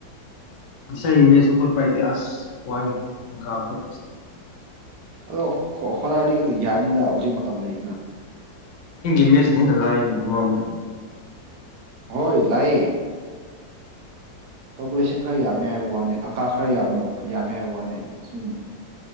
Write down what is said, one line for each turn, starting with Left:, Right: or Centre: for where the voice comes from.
Left: <unintelligible> ꯃꯦꯁꯨ ꯈꯣꯠꯄ ꯍꯥꯏꯇꯦ ꯑꯁ ꯋꯥꯏꯌꯦ ꯑꯪꯀ ꯈꯣꯠꯄꯁꯦ
Right: ꯑꯗꯣ ꯍꯣꯠꯅꯔꯗꯤ ꯌꯥꯅꯤꯗ ꯍꯧꯖꯤꯛ ꯃꯇꯝ ꯂꯩꯅ
Left: <unintelligible> ꯃꯦꯁꯅ ꯍꯦꯟꯅ ꯂꯥꯏꯅꯦ ꯑꯃꯔꯣꯡꯗ
Right: ꯍꯣꯏ ꯂꯥꯏꯌꯦ ꯀꯜꯀꯨꯂꯦꯁꯟ ꯈꯔ ꯌꯥꯝꯃꯦ ꯍꯥꯏꯕ ꯋꯥꯅꯤ ꯑꯪꯀꯥ ꯈꯔ ꯌꯥꯝ ꯌꯥꯝꯃꯦ ꯍꯥꯏꯕ ꯋꯥꯅꯤ ꯑꯩ ꯁꯨꯝ